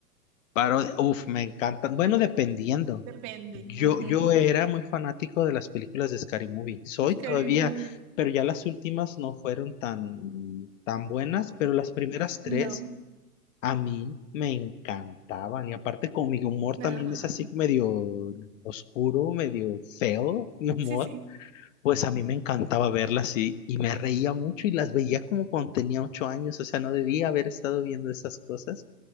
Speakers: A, on the left (about 50°); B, on the right (about 35°).
A: Parodia, uf, me encantan. Bueno, dependiendo.
B: Depende.
A: Yo,
B: Ujú.
A: yo era muy fanático de las películas de Scary Movie. Soy
B: Scary
A: todavía,
B: Movie.
A: pero ya las últimas no fueron tan, tan buenas, pero las primeras tres
B: No,
A: a mí me encantaban. Y aparte con mi humor también
B: ajá.
A: es así medio oscuro, medio feo, mi humor.
B: Sí, sí.
A: Pues a mí me encantaba verlas y, y me reía mucho y las veía como cuando tenía ocho años, o sea, no debía haber estado viendo esas cosas